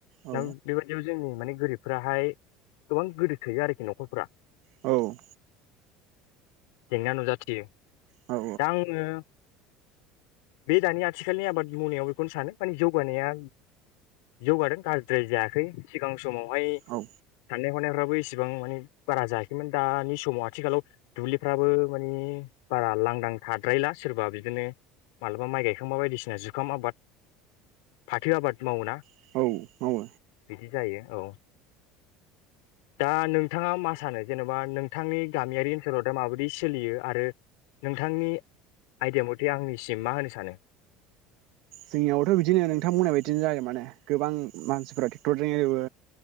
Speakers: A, on the right; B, on the left.
A: औ
B: दा बेबायदियाव जोंनि माने गोरिब फोराहाय गोबां गोदो सोयो आरोखि नखरफोरा
A: औ
B: जेंना नुजाथियो
A: औ
B: दा आङो बे दानि आथिखालनि आबाद मावनायाव बेखौनो सानो माने जौगानाया जौगादों गाज्रिद्राय जायाखै सिगां समावहाय
A: औ
B: साननाय हनायफ्राबो इसेबां मानि बारा जायाख दानि समाव आथिखालाव दुब्लिफ्राबो माने बारा लांदां थाद्रायला सोरबा बिदिनो मालाबा माइ गायखांबा बायदिसिना जुखाम आबाद फाथो आबाद मावो ना
A: मावो
B: बिदि जायो औ दा नोंथाङा मा सानो जेनबा नोंथांनि गामियारि ओनसोलाव दा माबायदि सोलियो आरो नोंथांनि आइदिया मथे आंनिसिम मा होनो सानो
A: जोंनियावबोथ बिदिनो नोंथांबुंनाय बायदिनो जायो माने गोबां मानसिफोरा टेक्टरजों एवो